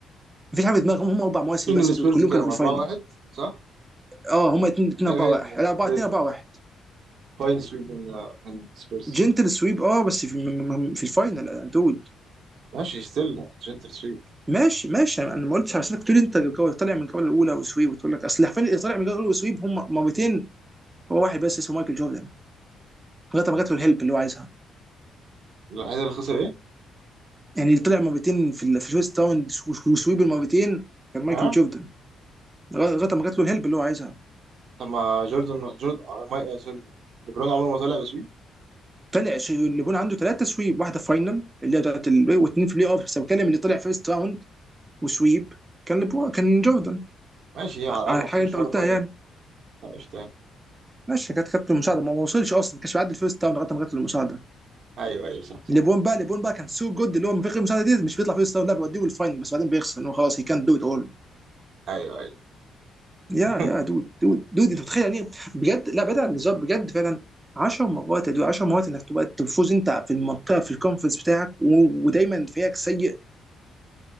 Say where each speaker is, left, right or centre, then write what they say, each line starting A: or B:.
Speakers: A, on the right; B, on the right.
A: مفيش حاجه في دماغهم هم اربع مواسم
B: سيزون
A: بس
B: السبيرز
A: دول كلهم
B: كام
A: كانوا
B: 4-1
A: في الفاينل
B: صح؟
A: اه هم اتنين اتنين
B: ايوه
A: اربعه
B: هي
A: واحد
B: دي آه،
A: لا اربعه
B: هي
A: اتنين
B: دي
A: اربعه واحد
B: فاين سويب من آه، من السبيرز
A: جنتل سويب اه بس في, م- م- م- في الفاينل آه، دود
B: ماشي ستيل جنتل سويب
A: ماشي ماشي انا أنا ما قلتش عشان تقول انت جو- طالع من الجوله الاولى وسويب وتقول لك اصل حرفيا اللي طالع من الجوله الاولى وسويب هم مرتين هو واحد بس اسمه مايكل جوردن لغايه ما جات له الهيلب اللي هو عايزها
B: الوحيد اللي خسر ايه؟
A: يعني طلع مرتين في ال- في الفيرست راوند وسويب المرتين كان مايكل
B: ها؟
A: جوردن لغايه ما جات له الهيلب اللي هو عايزها
B: طب ما جوردن جورد آه، ماي آه، سوري ليبرون عمره ما طلع بسويب
A: طلع ش- ليبرون عنده ثلاثه سويب واحده فاينل اللي هي بتاعت ال- واثنين في بلاي اوف بس بتكلم اللي طلع فيرست راوند وسويب كان ليبرون كان جوردن
B: ماشي على الاقل
A: على
B: ما
A: الحاجه
B: خسرش
A: اللي انت
B: ولا
A: قلتها
B: فاينل
A: يعني
B: آه، قشطه يعني
A: ماشي كانت كانت المساعده ما ما وصلش اصلا ما كانش بيعدي الفيرست راوند لغايه ما جات له المساعده
B: ايوه ايوه صح صح
A: ليبرون بقى ليبرون بقى كان سو جود اللي هو من غير المساعده دي مش بيطلع فيرست راوند لا بيوديه الفاينل بس بعدين بيخسر ان هو خلاص هي كان دو ات اول
B: ايوه ايوه
A: يا
B: <laughs>
A: يا دود دود دود انت متخيل يعني إيه؟ بجد لا بعيد عن الهزار بجد فعلا 10 مرات يا دود 10 مرات انك تبقى تفوز انت في المنطقه في الكونفرنس بتاعك و- ودايما فريقك سيء